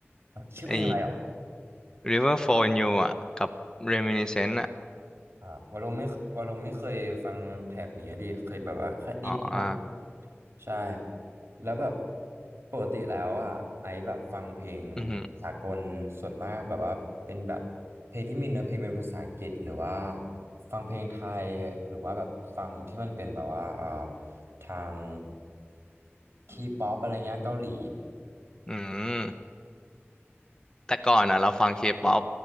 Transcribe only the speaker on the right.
ชื่อเพลงอะไรเหรอ
อ่าวอลลุ่มไม่วอลลุ่มไม่เคยฟังแถบนี้ดิเคยแบบว่าแค่นิดหน่อย
ใช่แล้วแบบปกติแล้วอ่ะไอซ์แบบฟังเพลง
สากลส่วนมากแบบว่าเป็นแบบเพลงที่มีเนื้อเพลงเป็นภาษาอังกฤษหรือว่าฟังเพลงไทยหรือว่าแบบฟังที่มันเป็นแบบว่าอ่าทางทีป๊อปอะไรเงี้ยเกาหลี